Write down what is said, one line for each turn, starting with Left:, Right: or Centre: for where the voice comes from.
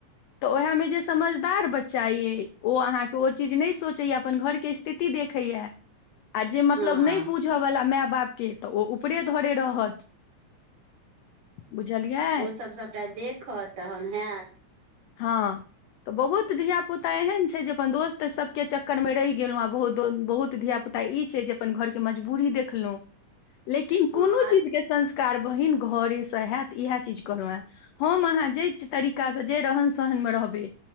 Left: तऽ ओएह में जे समझदार बच्चा ये ओ अहाँके चीज ने सोचैया अपन घर के स्थिति देखैया आ जे मतलब
Right: हँ
Left: नय बुझ बुझ बला माय बाप के तऽ ओ ऊपरे धरे रहत बुझलियै
Right: ओसभ सभटा देखत तहन हेयत
Left: हँ तऽ बहुत धिया पुता एहन छै जे अपन दोस्त तऽ सबके चक्कर मे रहि गेलौं आ बहुत बहुत धिया पुता ई छै जे अपन घर के मजबूरी देखलौं लेकिन कोनो
Right: हँ आ
Left: चीज के संस्कार बहिन घरे सँ हयत इएह चीज कहलहु है हम अहाँ जे तरीका सँ जे रहन सहन में रहबै